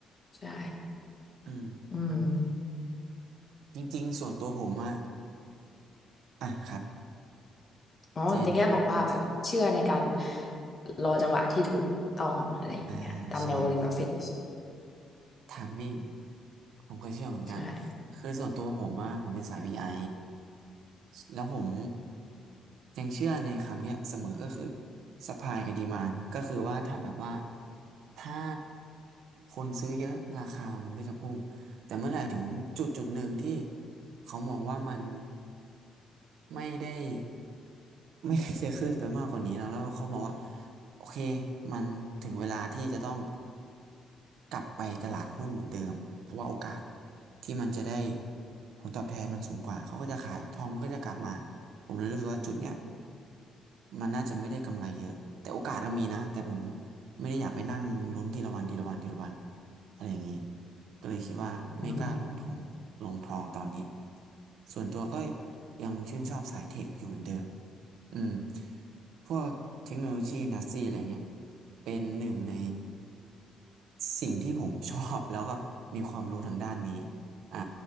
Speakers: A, on the left; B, on the right.
A: ใช่
B: อืมครับ
A: อืม
B: จริงๆส่วนตัวผมอะอ่ะครับ
A: อ๋อแต่แค่บอกว่าแบบเชื่อในการ
B: เจน
A: รอจังหวะที่ถูกต้องอะไรอย่างเงี้ยตามแนววอร์เรนบัฟเฟต
B: อ่าใช่ ไทมิ่งผมก็เชื่อเหมือนกัน
A: ใช่
B: คือส่วนตัวผมว่าผมเป็นสายวีไ i แล้วผมยังเชื่อในคำเนี้ยเสมอก็คือ supply กับ demand ก็คือว่าถ้าแบบว่าถ้าคนซื้อเยอะราคามันก็จะพุ่ง แต่เมื่อไหร่ถึงจุดจุดหนึ่งที่เขามองว่ามันไม่ได้ <laughs> ไม่จะขึ้นไปมากกว่านี้แล้วแล้วเขามองว่าโอเคมันถึงเวลาที่จะต้องกลับไปตลาดหุ้นเหมือนเดิมเพราะว่าโอกาสที่มันจะได้ผลตอบแทนมันสูงกว่าเขาก็จะขายทองมันก็จะกลับมาผมเลยรู้สึกว่าจุดเนี้ยมันน่าจะไม่ได้กำไรเยอะแต่โอกาสมันมีนะแต่ผมไม่ได้อยากไปนั่งลุ้นทีละวันทีละวันทีละวัน อะไรอย่างนี้ก็เลยคิดว่าไม่กล้าลงทองลงทองตอนนี้
A: อืม
B: ส่วนตัวก็ยังชื่นชอบสายเทคอยู่เหมือนเดิม อืม พวกเทคโนโลยีนัสซีอะไรเงี้ยเป็นหนึ่งในสิ่งที่ผมชอบแล้วก็มีความรู้ทางด้านนี้อ่ะ